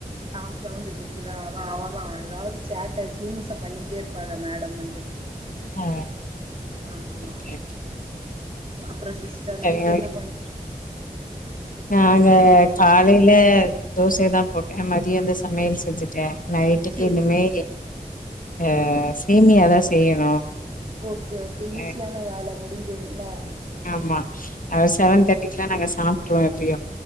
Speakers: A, on the right; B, on the left.
A: ஆ சவுண்டு கேக்குதா அதா அவதா எதாவது சேட்ட சில்மிசம் பண்ணிகிட்டே இருப்பாக மேடம் வந்து
B: ஆ
A: ஆமா
B: ஓகே
A: அப்றோ சிஸ்டர்
B: சரியா
A: நைட் என்ன பண்
B: நாங்க காலையில தோசை தா போட்டே மதியோ அந்த சமையல் செஞ்சுட்டே நைட்டுக்கு
A: சரி
B: இனுமே அ சேமியாதா செய்யணு
A: ஓகே ஓகே
B: ஆ
A: ஈஸியான வேல முடிஞ்சுதுல்ல
B: ஆமா செவன் தேட்டிக்குல்லா நாங்க சாப்ட்ருவோ எப்